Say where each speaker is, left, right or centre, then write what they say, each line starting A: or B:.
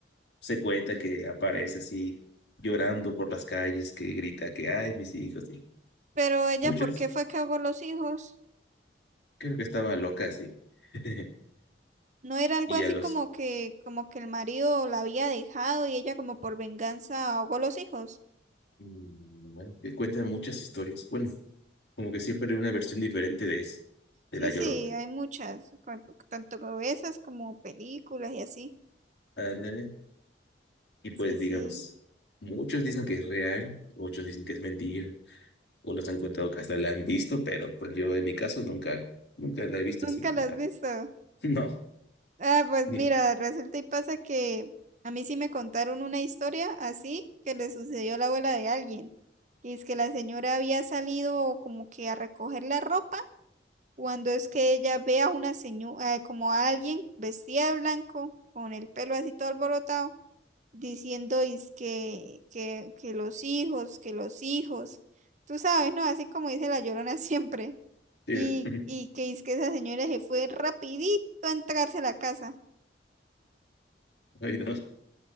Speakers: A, on the left; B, on the right.
A: se cuenta que aparece así llorando por las calles, que grita que ay, mis hijos, y
B: Pero ella,
A: muchos,
B: ¿por qué fue que ahogó los hijos?
A: creo que estaba loca así. <laughs>
B: No era algo
A: Y
B: así
A: a los,
B: como que, como que el marido la había dejado y ella como por venganza ahogó los hijos.
A: mm, bueno, que cuentan muchas historias, bueno, como que siempre hay una versión diferente de eso,
B: Sí,
A: de La Llorona.
B: sí, hay muchas, con- tanto como esas como películas y así.
A: Ándale. Y pues
B: Sí,
A: digamos,
B: sí,
A: muchos dicen que es real, muchos dicen que es mentira, unos han contado que hasta la han visto, pero pues yo en mi caso nunca, nunca la he visto
B: nunca
A: así.
B: las has visto.
A: <laughs> no.
B: Ah, pues
A: Dime,
B: mira, resulta y pasa que a mí sí me contaron una historia así que le sucedió a la abuela de alguien. Y es que la señora había salido como que a recoger la ropa cuando es que ella ve a una señora, como a alguien vestida de blanco, con el pelo así todo alborotado, diciendo es que, que, que los hijos, que los hijos, tú sabes, ¿no? Así como dice la Llorona <laughs> siempre,
A: sí,
B: y,
A: dime,
B: y que es que esa señora se fue rapidito a entrarse a la casa.
A: ay, no.